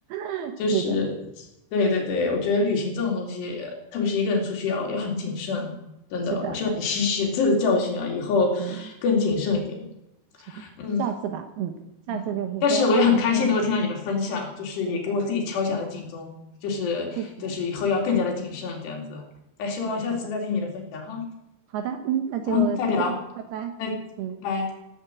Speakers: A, on the right; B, on the left.
A: <laughs>
B: 就是，
A: 对的，
B: 对对对，我觉得旅行这种东西，特别是一个人出去要要很谨慎，真的。
A: 是的，
B: 我希望你吸取这次教训啊，以后
A: 对，
B: 更谨慎一点。
A: 是的，
B: 嗯
A: 下次吧，嗯，下次就是说，
B: 嗯，但是我也很开心能够听到你的分享，
A: 哎，什么时候？
B: 就是也给我自己敲响了警钟，
A: 对的，
B: 就是就是以后要更加的谨慎这样子。
A: 谢谢，
B: 那希望下次再听你的分享哈。
A: 是的，是的，好的，嗯，那就再见，
B: 好，再聊，
A: 拜拜，
B: 再拜拜。
A: 嗯。